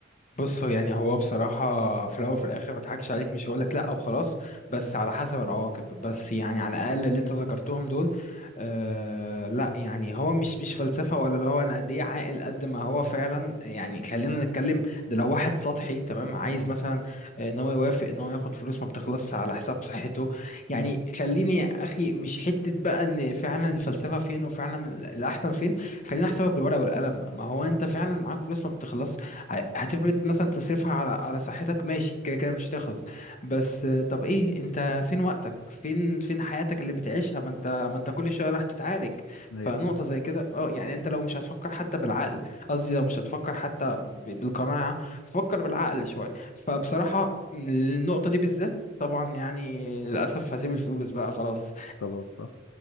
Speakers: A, on the left (about 40°); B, on the left (about 80°).
A: بص هو يعني هو بصراحة في الأول وفي الآخر ما اضحكش عليك مش هقولك لأ وخلاص بس
B: مم.
A: على حسب العواقب بس يعني على الأقل اللي أنت ذكرتهم دول آه لأ يعني هو مش مش فلسفة ولا اللي هو أنا قد إيه عاقل قد ما هو فعلا يعني خلينا نتكلم ده لو واحد سطحي تمام عايز
B: مم.
A: مثلا إن هو يوافق إن هو ياخد فلوس ما بتخلصش على حساب صحته يعني
B: مم.
A: خليني يا أخي مش حتة بقى إن فعلا الفلسفة فين وفعلا الأحسن فين خلينا أحسبها بالورقة والقلم ما هو أنت فعلا معاك فلوس ما بتخلصش ه- هتفرض مثلا تصرفها على على صحتك ماشي كده كده مش هتخلص بس آه، طب ايه انت فين وقتك فين فين حياتك اللي بتعيشها ما انت ما انت كل شويه راح تتعالج
B: أيوه
A: فنقطه زي كده اه يعني انت لو مش هتفكر حتى بالعقل قصدي لو مش هتفكر حتى ب- بالقناعه فكر بالعقل شويه فبصراحه النقطه دي بالذات طبعا يعني للاسف هسيب الفلوس بقى خلاص
B: خلاص صح